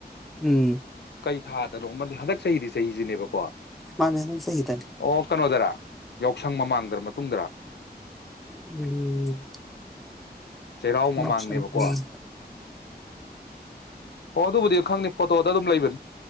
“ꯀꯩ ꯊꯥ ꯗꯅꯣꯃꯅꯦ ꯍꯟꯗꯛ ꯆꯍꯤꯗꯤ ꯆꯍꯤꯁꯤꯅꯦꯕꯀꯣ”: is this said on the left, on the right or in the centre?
Left